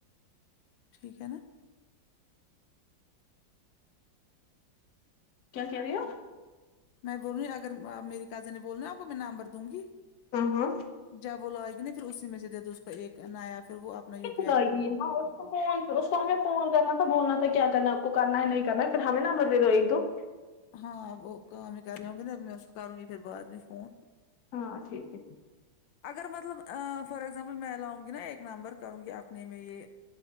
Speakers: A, on the left; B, on the left.
A: ٹھیک ہے نا
B: کیا کہہ رہی ہو
A: میں بول رہوںی اگر میری کازن ہے بول رہ نا آپ کو میں نمبر دوں گی
B: ہ ہاں
A: جب وہ لائے گی نا پھر اسی میں سے دے د اس کو ایک نیا پھر وہ اپنا وہ
B: گی یہ ہاں <unintelligible> فون اس کو ہمیں فون کرنا تھا بولنا تھا کیا کرنا کو کرنا ہے نہیں کرنا ہے پھر ہمیں نمبر دے دو ایک دو
A: ہاں وہ کام ہی کر رہ ہوں گے نا میں اس کو کروں گی پھر بعد میں فون
B: ہاں ٹھیک ہے
A: اگر مطلب فار ایگزامپل میں لاؤں گی نا ایک نمبر کروں گی اپنے میں یہ